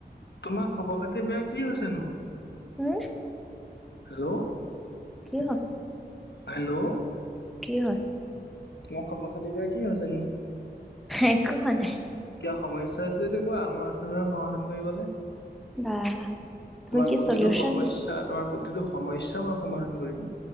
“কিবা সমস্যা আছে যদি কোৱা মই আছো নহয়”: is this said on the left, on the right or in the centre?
Left